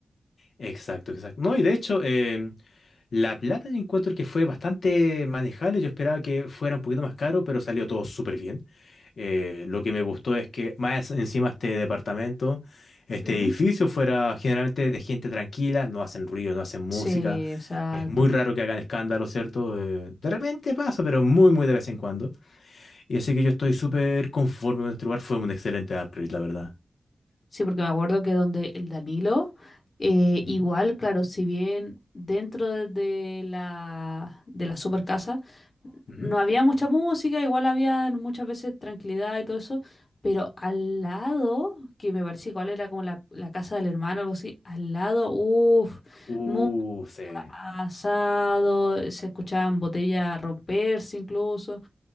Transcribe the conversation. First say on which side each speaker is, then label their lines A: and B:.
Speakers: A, on the left; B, on the left.
A: Exacto, exacto. No, y de hecho, em, la plata yo encuentro que fue bastante manejable. Yo esperaba que fuera un poquito más caro, pero salió todo súper bien. Eh, lo que me gustó es que más encima este departamento, este
B: Ujú.
A: edificio fuera generalmente de gente tranquila, no hacen ruido, no hacen música.
B: Sí, exacto.
A: Es muy raro que hagan escándalo, ¿cierto? Eh, de repente pasa, pero muy, muy de vez en cuando. Y así que yo estoy súper conforme con este lugar. Fue un excelente upgrade, la verdad.
B: Sí, porque me acuerdo que donde el Danilo, eh,
A: Ujú,
B: igual, claro, si bien dentro de, de la, de la super casa
A: ujú.
B: no había mucha música, igual había muchas veces tranquilidad y todo eso, pero al lado, que me parecía igual era como la, la casa del hermano, algo así, al lado, uff,
A: Uh,
B: muy
A: sí,
B: asado, se escuchaban botellas romperse incluso,